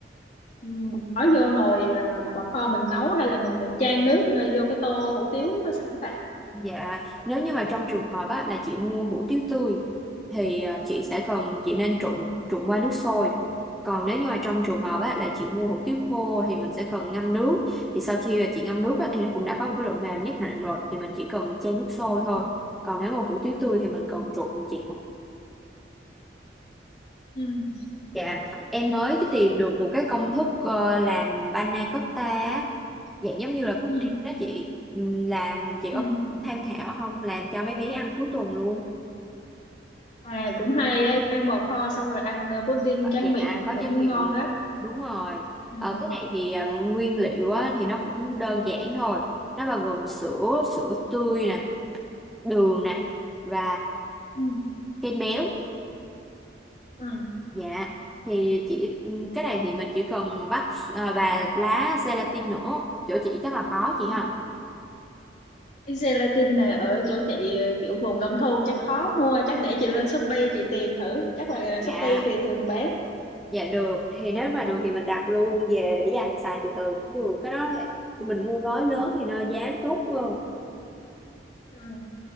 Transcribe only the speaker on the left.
ờ, bỏ vô nồi ờ, bò kho mình nấu hay là mình mình chan nước ờ, vô cái tô hủ tiếu sẵn ta?
Ừ,
ừ,
ừ,
ừ, ừ,
ừ.
À cũng hay á, ăn bò kho xong rồi ăn ờ, pudding tráng
miệng
cũng
ngon á.
Ừ.
Ừ.
Ừ.
ừ.
Cái gelatin này ở chỗ chị ờ, kiểu vùng nông thôn chắc khó mua, chắc để chị lên Shopee chị tìm thử, chắc là Shopee
thì thường bán.
Ừ.